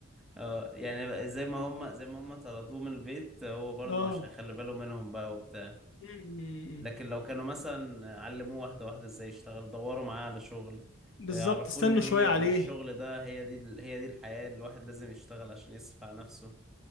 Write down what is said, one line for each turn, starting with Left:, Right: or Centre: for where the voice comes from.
Centre: اه يعني بقى زي ما هم زي ما هم طردوه من البيت هو برضه
Left: اه
Centre: مش هيخلي باله منهم بقى وبتاع
Left: م- م-
Centre: لكن
Left: م.
Centre: لو كانوا مثلا علموه واحده واحده ازاي يشتغل دوروا معاه على شغل
Left: بالظبط
Centre: آه، عرفوه
Left: استنوا
Centre: ان هي
Left: شوية عليه
Centre: ان الشغل ده هي دي ال- هي دي الحياه الواحد لازم يشتغل عشان يصرف على نفسه